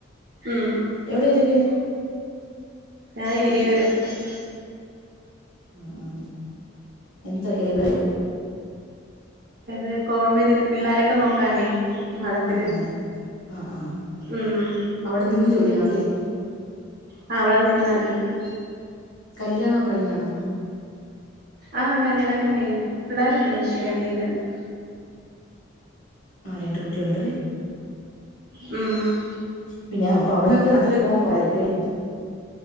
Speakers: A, on the right; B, on the left.
A: ഉം
B: എവിടെയാ ജോലി ചെയ്യ്ന്നേ
A: ഞാൻ <unintelligible>
B: ഉം ഉം എന്ത് <unintelligible>
A: അത് കോൺവെന്റില് പിള്ളേരൊക്കെ നോക്കാനേ മഠത്തില്
B: ആ അങ്ങനെ ആ ആ
A: ഉം
B: അവിടെ നിന്ന് ജോലി ചെയ്യണം അല്ലേ
A: അഹ് അവിടെ നിന്നാ ജോലി
B: കല്ല്യാണോക്കെ കഴിഞ്ഞാണോ
A: ആഹ് കല്ല്യാണൊക്കെ കഴിഞ്ഞ് പിള്ളേരുണ്ട് എനിക്ക് രണ്ടുപേരുണ്ട്
B: ആഹ് രണ്ട് കുട്ടികളെണ്ടല്ലെ
A: ഉം
B: പിന്നെ അപ്പൊ അവനൊക്കെ അത്ര <unintelligible>